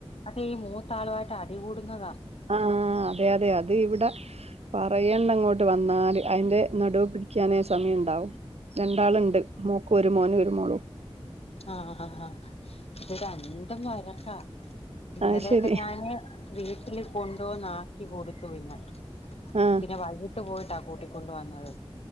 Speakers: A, on the left (about 70°); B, on the right (about 80°).
A: അതെ ഈ മൂത്താളുവായിട്ട് അടികൂടുന്നതാ
B: ആഹ് അതെ അതെ അത് ഇവിടെ പറയണ്ടങ്ങോട്ട് ട്ട് വന്നാല് അയ്ന്റെ നടൂ പിടിക്കാനെ- സമയം ണ്ടാവും രണ്ടാള്ണ്ട് മോക്ക് ഒരു മോന് ഒരു മോളും
A: ആഹ് ആഹ് ആഹ് ഇത് രണ്ടും വഴക്കാ ഇന്നലെയൊക്കെ
B: അത് ശരി
A: ഞാന് വീട്ടില് കൊണ്ടുവന്നാക്കി കൊടുത്തു പിന്നെ
B: ആഹ്
A: പിന്നെ വൈ കീട്ട് പോയിട്ടാ കൂട്ടിക്കൊണ്ട് വന്നത്